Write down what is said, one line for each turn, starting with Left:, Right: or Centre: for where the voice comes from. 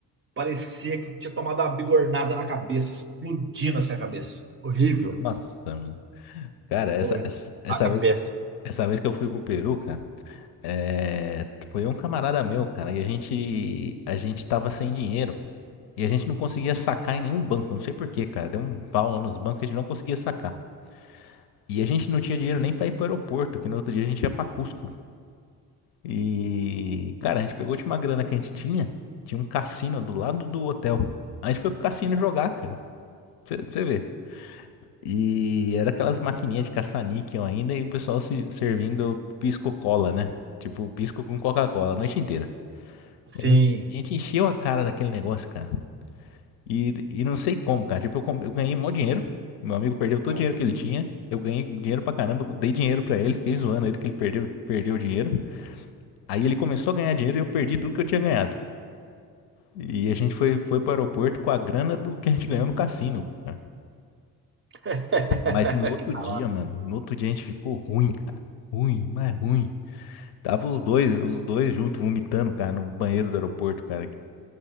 Right: Parecia que tinha tomado uma bigornada na cabeça, explodindo assim a cabeça. Horrível.
Left: Nossa, mano. Cara, essa,
Right: Horrível.
Left: essa, essa
Right: Taca
Left: vez,
Right: péssimo.
Left: essa vez que eu fui pro Peru, cara, é, foi um camarada meu, cara, e a gente, a gente tava sem dinheiro. E a gente não conseguia sacar em nenhum banco, não sei por quê, cara. Deu um pau lá nos bancos, que a gente não conseguia sacar. E a gente não tinha dinheiro nem pra ir pro aeroporto, que no outro dia a gente ia pra Cusco. E, cara, a gente pegou a última grana que a gente tinha, tinha um cassino do lado do hotel. A gente foi pro cassino jogar, cara. Pra você ver. E era aquelas maquininhas de caça-níquel ainda e o pessoal se servindo pisco-cola, né? Tipo, pisco com Coca-Cola a noite inteira. E
Right: Sim.
Left: A gente, a gente encheu a cara daquele negócio, cara. E, e não sei como, cara. Tipo, eu, com- eu ganhei mó dinheiro. Meu amigo perdeu todo
Right: Ah.
Left: o dinheiro que ele tinha. Eu ganhei dinheiro pra caramba. eu Dei dinheiro pra ele. Fiquei zoando ele que ele perdeu, perdeu o dinheiro. Aí ele começou a ganhar dinheiro e eu perdi tudo que eu tinha ganhado. E a gente foi, foi pro aeroporto com a grana do que a gente ganhou no cassino. cara.
Right: <laughs>
Left: Mas no outro dia, mano. No outro dia a gente ficou ruim, cara. Ruim, mas ruim. Tava os dois, os dois juntos vomitando, cara, no banheiro do aeroporto, cara.